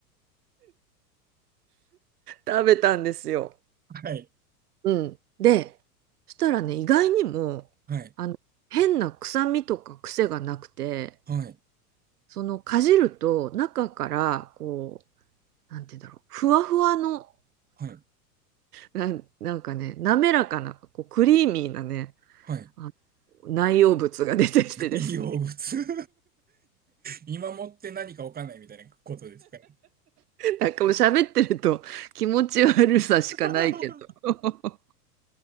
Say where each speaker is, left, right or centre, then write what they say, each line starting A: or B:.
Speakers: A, on the right; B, on the right.
A: 食べたんですよ。
B: はい、
A: うん、でそしたらね意外にもあの変な臭みとか癖がなくて
B: はい、はい、
A: そのかじると中からこうなんて言うんだろうふわふわの
B: はい、
A: なん、なんかね滑らかなこうクリーミーなね
B: はい。
A: あ内容物が出てきてですね。
B: 海洋物 <laughs> 見守って何かわかんないみたいなことですかね。
A: <laughs> なんかもう喋ってると気持ち悪さしかないけど。
B: <laughs>
A: <laughs>